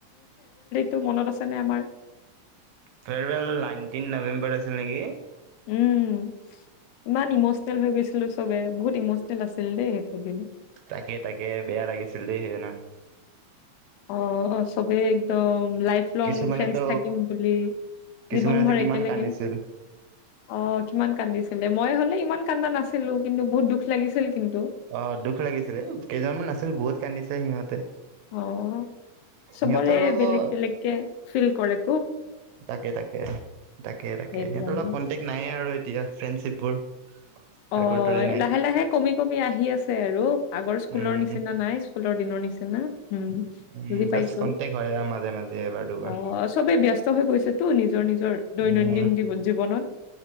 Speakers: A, on the left; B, on the right.
A: টোৰ মনত আছে নে আমাৰ
B: ফেৰৱেল নাইনটিন নৱেম্বৰ আছিল নেকি।
A: উম, ইমান ইমচনেল হৈ গৈছিলো চবে বহুত ইমচনেল আছিল দেই সেইটো দিন।
B: তাকে তাকে বেয়া লাগিছিল দে সেইদিনা।
A: অ' চবেই একদম লাইফ লং
B: কিছুমানেতো
A: ফ্ৰেন্স থাকিম বুলি
B: কিছুমানেতো
A: জীবনভৰ
B: কিমান
A: একেলগে
B: কান্দিছিল
A: অ'কিমান কান্দিছিল মই হলে ইমান কান্দা নাছিলো কিন্তু বহুত দুখ লাগিছিল। কিন্তু
B: অ' দুখ লাগিছিলে কেইজন মান আছিল বহুত কান্দিছিল। আছে সিহঁতে।
A: অ', চবৰে
B: সিহঁতৰ লগত
A: বেলেগ বেলেগকে ফিল কৰে।
B: তাকে তাকে, তাকে তাকে
A: সেইটো
B: সিহঁতৰ
A: কাৰণে
B: লগত কনটেক্ট নাইয়ে আৰু এতিয়া। ফ্ৰেণ্ডশ্বিপবোৰ
A: অ'লাহে
B: আগৰ দৰে নাই
A: লাহে কমি কমি আহি আছে আৰু আগৰ স্কুলৰ
B: উম
A: নিচিনা নাই স্কুলৰ দিনৰ নিচিনা। না। উম,
B: উম
A: বুজি
B: জাষ্ট
A: পাইছো
B: কন্টেক্ট হয় আৰু মাজে মাজে এবাৰ দুবাৰ
A: অ' চবেই ব্যস্ত হৈ গৈছেতো নিজৰ নিজৰ দৈনন্দিন
B: উম
A: জী জীৱনত।